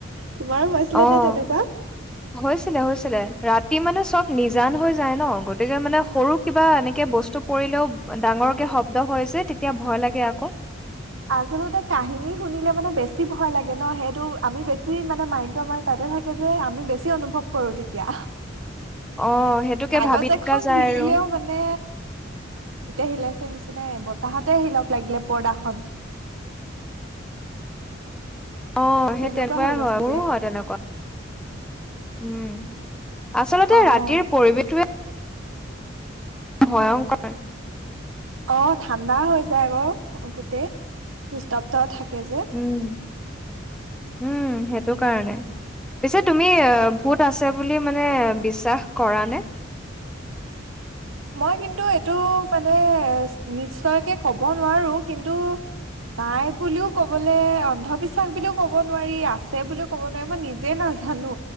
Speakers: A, on the right; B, in the centre.
A: তোমাৰো হৈছিলে
B: অ'
A: নে তেনেকুৱা?
B: হৈছিলে হৈছিলে ৰাতি মানে চব নিজ জান হৈ যায় ন গতিকে মানে সৰু কিবা এনেকে বস্তু পৰিলেও ডাঙৰ কে শব্দ হয় যে। তেতিয়া ভয় লাগে আকৌ।
A: আচল কাহিনী শুনিলে মানে বেছি ভয় লাগ ন সেইটো আমি বেছি মানে মাৰ তাতে থাকে যে আমি বেছি অনুভৱ কৰো তেতিয়া।
B: অ', সেইটোকে
A: কাগজ
B: ভাবি থকা
A: এখন
B: যায়
A: হিলিলেও
B: আৰু
A: মানে শিলাইছে নিচিনা বতাহতে শিলক লাগিলে পৰ্দাখন।
B: অ' সেই
A: তেনেকুৱা
B: তেনেকুৱাই
A: হৈ গৈছিলে।
B: হয় মোৰো হয় তেনেকুৱা উম। আচলতে
A: অ',
B: ৰাতিৰ পৰিৱেশটোৱে ভয়ংকৰ।
A: অ ঠাণ্ডা হৈ যায় আকৌ গোটেই নিস্তব্ধ থাকে যে।
B: উম,
A: <inaudible>
B: উম, সেইটো কাৰণে। পিছে তুমি ভূত আছে বুলি মানে বিশ্বাস কৰা নে?
A: <inaudible> মই কিন্তু এইটো মানে নিশ্চয়কে কব নোৱাৰো। কিন্তু নাই বুলিও কবলৈ অন্ধবিশ্বাস বুলিও কব নোৱাৰি। আছে বুলিও ক'ব নোৱাৰি। মই নিজে নাজো জানো